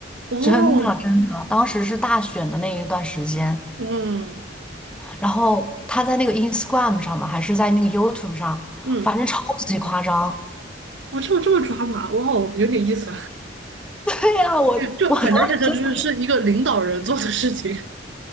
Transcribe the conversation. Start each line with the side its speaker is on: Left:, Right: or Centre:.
Right: 哦，
Centre: 真的真的，当时是大选的那一段时间。
Right: 嗯
Centre: 然后他在那个 Instagram 上嘛，还是在那个 YouTube 上，
Right: 嗯，
Centre: 反正超级夸张。
Right: 哇，这么这么抓马，哇哦，有点意思啊！
Centre: <laughs> 对呀，
Right: <laughs>
Centre: 我我当时真的
Right: 就就很难想象，就是是一个领导人做的事情。